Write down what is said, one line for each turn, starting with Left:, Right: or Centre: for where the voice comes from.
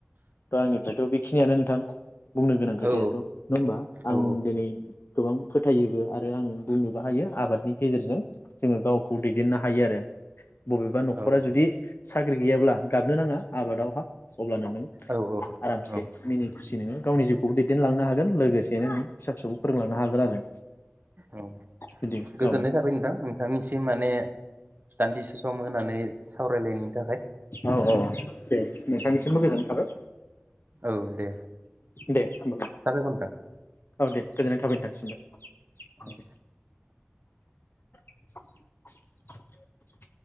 Left: दा आंनिफ्रायथ' बेखिनियानो नोंथां बुंनो गोनां खोथायाथ'
Right: औ
Left: नङा होमबा आं
Right: औ
Left: दिनै गोबां फोथायोबो आरो आं बुंनोबो हायो आबादनि गेजेरजों जोङो दैदेननो हायो आरो बबेबा न'खरा
Right: औ
Left: जुदि साख्रि गैयाब्ला गाबनो नाङा आबादाव हाब अब्लाना नों
Right: औ
Left: आरामसे
Right: औ
Left: मिनिट खुसि नोङो गावनि जिउखौबो दैदेनलांनो हागोन लोगोसेनो नों फिसा फिसौबो फोरोंलांनो हागोन आरो
Right: औ
Left: बिदि
Right: गोजोननाय
Left: औ
Right: थाबाय नोंथां नोंथांनिसिम माने दान्दिसे सम होनानै सावरायलायनायनि थाखाय
Left: औ अ दे नोंथांनिसिमबो
Right: औ
Left: गोजोननाय थाबाय
Right: औ दे
Left: दे होमबालाय
Right: साबायखर नोंथां
Left: औ दे गोजोननाय थाबाय नोंथांनिसिमबो
Right: ओं
Left: दे <inaudible> <inaudible>